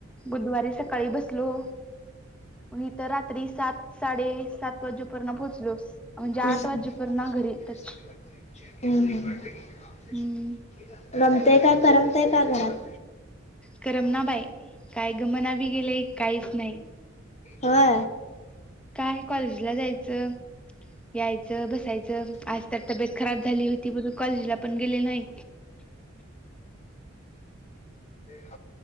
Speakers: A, in the centre; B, on the left.
A: बुधवारी सकाळी बसलो. मग इथ तर रात्री सात साडे सात वाजेपर्यंत पोहचलो म्हणजे आठ
B: हम्म
A: वाजेपर्यंत. ना घरी.
B: हम्म.
A: टच हम्म
B: रमतेय का करमतेय का घरात?
A: करमना बाय काय गमना बी गेले काहीच नाही.
B: हा
A: काय कॉलेजला जायचं यायचं बसायचं. आज तर तबीेत खराब झाली होती म्हणून कॉलेजला पण गेले नाही.
B: ह